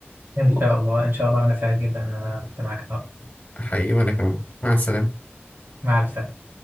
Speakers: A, on the right; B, on the left.
A: إن شاء الله إن شاء الله أنا سعيد جدا إن أنا كنت معاك النهاردة
B: حقيقي وانا كمان مع السلامة
A: مع ألف سلامة